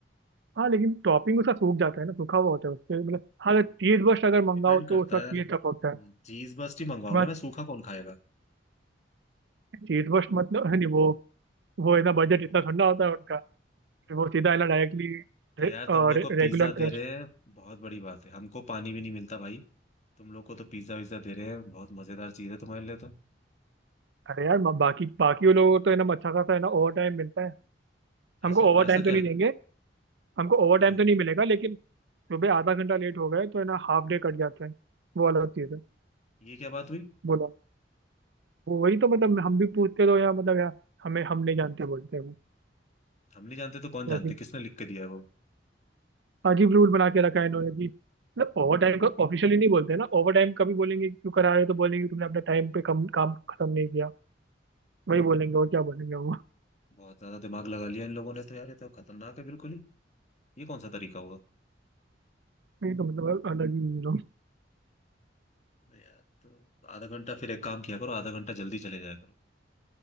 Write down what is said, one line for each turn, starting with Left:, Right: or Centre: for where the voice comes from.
Right: हाँ लेकिन टॉपिंग उसका सूख जाता है ना सूखा हुआ होता है उसके मतलब हाँ अगर चीज बर्स्ट अगर मंगाओ
Left: डिपेंड करता
Right: तो उसका चीज
Left: है
Right: टपकता है
Left: चीज बस ही मंगवाओगे
Right: तुम्हारा
Left: ना सूखा कौन खाएगा
Right: चीज बर्स्ट मतलब है नहीं वो वो इतना बजट इतना ठंडा होता है उनका
Left: हाँ,
Right: फिर वो सीधा है ना डायरेक्टली
Left: तो
Right: रे,
Left: यार तुम लोग को पिज्जा
Right: रेगुलर क्रस्ट
Left: दे रहे हैं बहुत बड़ी बात है हमको पानी भी नहीं मिलता भाई तुम लोग को तो पिज्जा विज्जा दे रहे हैं बहुत मजेदार चीज है तुम्हारे लिए तो
Right: अरे यार म- बाकी बाकी वो लोगों को तो है ना अच्छा खासा है ना ओवर टाइम मिलता है
Left: ऐसा
Right: हमको ओवर
Left: ऐसा
Right: टाइम तो
Left: क्या
Right: नहीं देंगे हमको ओवर
Left: हाँ
Right: टाइम तो नहीं मिलेगा लेकिन सुबह आधा घंटा लेट हो गए तो है ना हाफ डे कट जाता है वो अलग चीज़ है
Left: ये क्या बात हुई
Right: बोलो वो वही तो मतलब हम भी पूछते तो यार मतलब यार हमें हम नहीं जानते बोलते हैं वो
Left: हम नहीं जानते तो कौन जानते
Right: या
Left: किसने लिख के दिया है वो
Right: अजीब रूल बना के रखा है इन्होंने भी मतलब ओवर टाइम को ऑफिशियली नहीं बोलते ना ओवर टाइम कभी बोलेंगे क्यों करा रहे हो तो बोलेंगे तुमने अपना टाइम पे कम काम खत्म नहीं किया वही बोलेंगे और क्या बोलेंगे वो
Left: बहुत ज्यादा दिमाग लगा लिया इन लोगों ने तो यार ये तो खतरनाक है बिल्कुल ही ये कौन सा तरीका हुआ
Right: ये तो मतलब अलग ही ये लोग
Left: अरे यार तो आधा घंटा फिर एक काम किया करो आधा घंटा जल्दी चले जाया करो